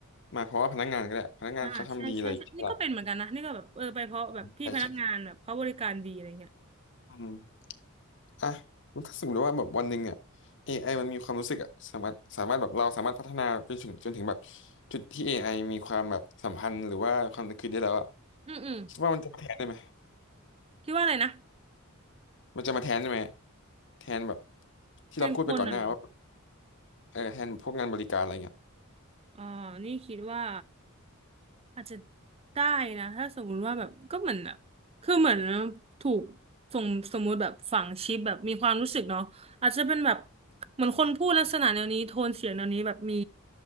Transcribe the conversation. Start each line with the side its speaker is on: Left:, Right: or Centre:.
Left: มาเพราะว่าพนักงานก็ได้พนักงานเขาทำดีอะไรอย่างเงี้ยใช่ปะล่ะ
Right: อ่าใช่ใช่ใช่นี่ก็เป็นเหมือนกันนะนี่ก็แบบเออไปเพราะแบบพี่พนักงานแบบเขาบริการดีอะไรเงี้ย
Left: ใช่ใช่อืมอ่ะแล้วถ้าสมมติว่าแบบวันหนึ่งเนี่ย a อไอมันมีความรู้สึกอ่ะสามารถสามารถแบบเราสามารถพัฒนาไปถึงจนถึงแบบจุดที่ a อไอมีความแบบสัมพันธ์หรือว่าความนึกคิดได้แล้วอ่ะ
Right: อืมอืม
Left: คิดว่ามันจะมาแทนได้ไหม
Right: คิดว่าอะไรนะ
Left: มันจะมาแทนได้ไหมแทนแบบที่เราพูดไปก่อนหน้าว่าแบบ
Right: แทนคนน่ะเหรอ
Left: เออแทนพวกงานบริการอะไรเงี้ย
Right: อ๋อนี่คิดว่า อาจจะได้นะถ้าสมมุติว่าแบบก็เหมือนแบบคือเหมือนถูกสมสมมุติแบบฝังชิปแบบมีความรู้สึกเนาะอาจจะเป็นแบบเหมือนคนพูดลักษณะแนวนี้โทนเสียงแนวนี้แบบมี